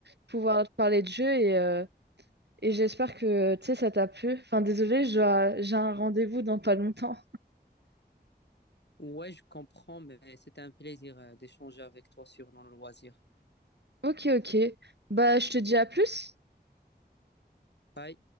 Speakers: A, on the right (about 80°); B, on the left (about 85°).
A: pouvoir te parler de jeu et, euh, et j'espère que, tu sais, ça t'a plu. Enfin, désolé, j'ai un rendez-vous dans pas longtemps.
B: Ouais, je comprends, mais c'était un plaisir euh, d'échanger avec toi sur nos loisirs.
A: Ok, ok. Bah, je te dis à plus.
B: Bye.